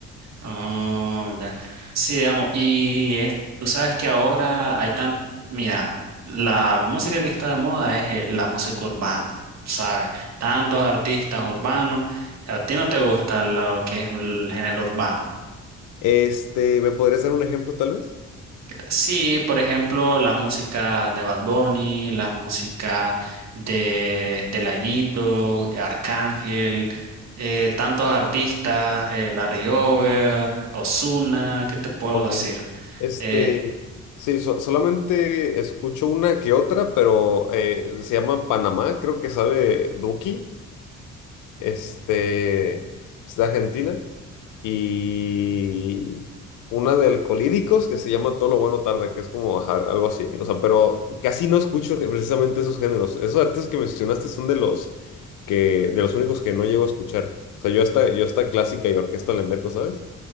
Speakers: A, on the right; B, on the left.
A: ah, ya. Sí, digamos, y es- tú sabes que ahora hay tan, mira, la música que está de moda es eh, la música urbana, ¿sabes? Tantos artistas urbanos. ¿A ti no te gusta lo que es el género urbano?
B: Este, ¿me podrías dar un ejemplo tal vez?
A: Sí, por ejemplo, las músicas de Bad Bunny, las músicas de, de Laguito, Arcángel, eh, tantos artistas, eh, Larry Over, Ozuna, ¿qué te puedo
B: Ok.
A: decir?
B: Este,
A: Eh,
B: sí, so- solamente escucho una que otra, pero eh, se llama Panamá, creo que sabe Duki, este, es de Argentina, y una de Alcolíricos que se llama Todo lo bueno tarda, que es como ajá, algo así, o sea, pero casi no escucho que- precisamente esos géneros. Esos artistas que mencionaste son de los que, de los únicos que no llego a escuchar. O sea, yo hasta, yo hasta clásica y orquesta le meto, ¿sabes?